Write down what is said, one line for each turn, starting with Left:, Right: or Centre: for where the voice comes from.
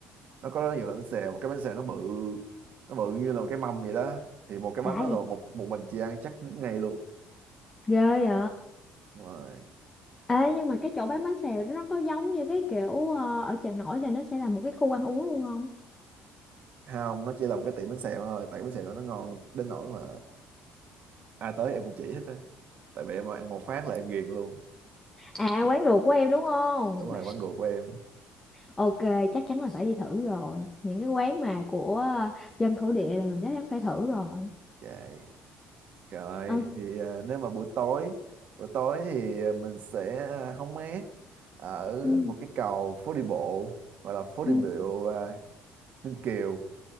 Right: nó có rất nhiều loại bánh xèo một cái bánh xèo nó bự nó bự như là một cái mâm vậy đó thì một cái bánh
Left: đã
Right: đó là
Left: gì
Right: một một mình chị ăn chắc ngất ngay luôn
Left: ghê vậy
Right: Đúng rồi
Left: ê nhưng mà cái chỗ bán bánh xèo đó nó có giống như cái kiểu ờ, ở chợ nổi là nó sẽ là một cái khu ăn uống luôn không
Right: không nó chỉ là một cái tiệm bánh xèo thôi tại cái bánh xèo đó nó ngon đến nỗi mà ai tới em cũng chỉ hết á tại vì em ăn một phát là em ghiền luôn
Left: à quán ruột của em đúng không
Right: đúng rồi quán ruột của em
Left: <laughs> ok chắc chắn là phải đi thử rồi những cái quán mà của ờ, dân thổ địa là mình chắc chắn phải thử rồi
Right: dạ Rồi
Left: ok
Right: thì à, nếu mà buổi tối buổi tối thì à, mình sẽ à, hóng mát ở
Left: ừ
Right: một cái cầu phố đi bộ gọi là phố đi
Left: ừ
Right: bộ à, Ninh Kiều